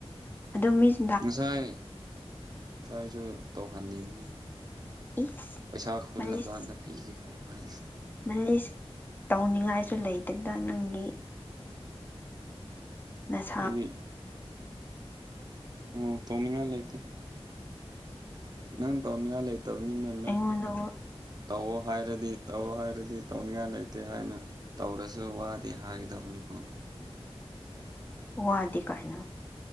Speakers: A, on the left (about 20°); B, on the right (about 40°).
A: ꯑꯗꯨꯁꯨ
B: ꯉꯁꯥꯏ ꯉꯁꯥꯏꯁꯨ ꯇꯧꯍꯜꯂꯤꯕꯅꯤ
A: ꯏꯁ
B: ꯄꯩꯁꯥ ꯈꯨꯜꯂ
A: ꯃꯥꯂꯤꯁ
B: ꯀꯥꯟꯗ ꯄꯤ ꯒꯀꯣ ꯍꯥꯏ
A: ꯃꯥꯂꯤꯁ ꯇꯧꯅꯤꯡꯉꯥꯏꯁꯨ ꯂꯩꯇꯦꯗꯥ ꯅꯪꯒꯤ ꯅꯁꯥ
B: <inaudible> ꯑꯣ ꯇꯧꯅꯤꯡꯉꯥꯏ ꯂꯩ <unintelligible> ꯅꯪ ꯇꯧꯅꯤꯡꯉꯥꯏ ꯂꯩꯇꯕꯅꯤꯅꯥꯅꯦ
A: ꯑꯩꯉꯣꯟꯗ
B: ꯇꯧꯑꯣ ꯍꯥꯏꯔꯗꯤ ꯇꯧꯑꯣ ꯍꯥꯏꯔꯗꯤ ꯇꯧꯅꯤꯡꯉꯥꯏ ꯂꯩꯇꯦ ꯍꯥꯏꯅ ꯇꯧꯔꯁꯨ ꯋꯥꯗꯦ ꯍꯥꯏꯒꯗꯕꯅꯤꯀꯣ
A: ꯋꯥꯗꯦ ꯀꯥꯏꯅ